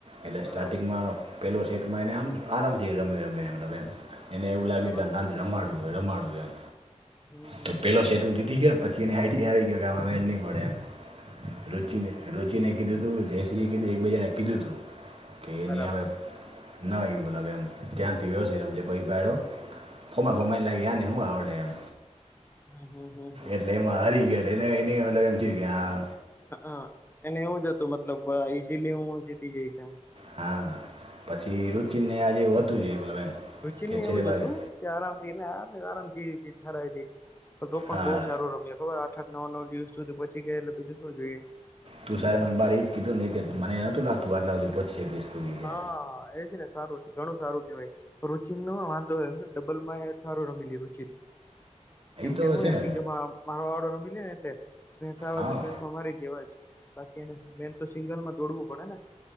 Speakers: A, on the right; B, on the left.
A: એટલે
B: બરાબર
A: સ્ટાર્ટિંગમાં પહેલો સેટ મહિને આમ આરામ રમે રમે એમ રમે એને એવું લાગ્યું
B: બરાબર
A: કે ના રમાડવું હો રમાડવ એમ.
B: હમ હમ
A: તો પેલો સેટ હું જીતી ગયો પછી એ આઈડીયા આવી ગયો કે આ મેડ નહી પડે એમ. રુચિને રુચિને કીધું તું જયશ્રી કીધું એકબજા કીધું તું. કે
B: બરાબર
A: એની સામે ન આય એમ. ધ્યાનથી વ્યવસ્થિત રમજે પછ <inaudible> <inaudible> ભડ ખોમા બોમાઈને લાગી આ ને શું આવડે એમ
B: હમ હમ હમ હમ
A: એટલે એમાં હારી ગયો અને એટલે એને મતલબ એમ થયું કે હા.
B: હ હ એને એવું જ હતું કે મતલબ ઈઝીલી હું જીતી જઈશ એમ.
A: હા. પછી
B: હમ
A: રુચિનને
B: હ
A: આજે એવું હતું જ એ મતલબ એમ
B: રુચિને
A: કે છેલ્લે
B: એવું જ
A: ભાઈ
B: હતું કે આરામથી એને આરામથી હરાઈ દઈશ તું પણ
A: હા
B: બહુ સારું રમ્યો ખબર છે. નવ નવ દિવસ સુધી પછી ગયા એટલે બીજું શું જોઈએ.
A: તું મને બાર એ જ કીધું ને કે મને નહતું લાગતું આટલા બધે પહોંચી શકીશ. તું એ
B: હા
A: કે
B: એજ ને સારું છે ઘણું સારું. વાય રુચિન નો વાંધો એમ ડબલમાં સારું રમી લીધું રુચિને. કેમ
A: તો
B: કે હું
A: છે ને
B: એ બીજો મારો ઓર્ડર હમી લે એટલે સ્સ આવે
A: હા
B: તો સ્સમાં મારી દે હો બાકી એને મેઈન તો સિંગલમાં દોડવું પડે ને.